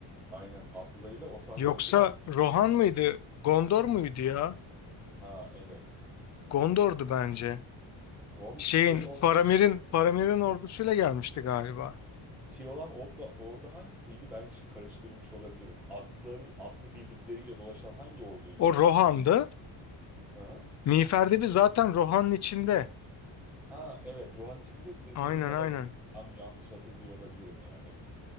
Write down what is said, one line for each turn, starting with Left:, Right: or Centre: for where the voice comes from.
Centre: Aynen atlılarıyla o sahne
Left: Yoksa
Centre: mesela
Left: Rohan mıydı? Gondor muydu ya?
Centre: ha evet.
Left: Gondor'du bence.
Centre: Gon
Left: Şeyin
Centre: şeyi o-
Left: Faramir'in Faramir'in ordusuyla gelmişti galiba.
Centre: şey olan orada, orada hangisiydi? Ben ş- karıştırmış olabilirim. Atlıları atlı birlikleriyle dolaşan hangi orduydu?
Left: O Rohan'dı.
Centre: Hı hı.
Left: Miğfer de bir zaten Rohan'ın içinde.
Centre: Ha evet Rohan içinde de-
Left: Aynen
Centre: dediğin olabilir.
Left: aynen.
Centre: Tam yanlış hatırlıyor olabilirim yani.